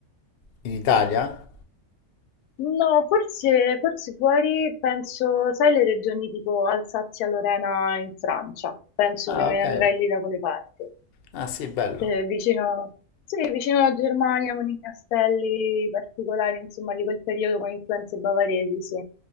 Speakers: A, on the left; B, on the left.
A: In Italia?
B: No, forse, forse fuori, penso, sai le regioni tipo Alsazia-Lorena in Francia, penso
A: Ah,
B: che me
A: ok.
B: ne andrei lì da quelle parti,
A: Ah, sì, bello.
B: Cioè, vicino, sì, vicino alla Germania con i castelli particolari, insomma, di quel periodo con influenze bavaresi, sì,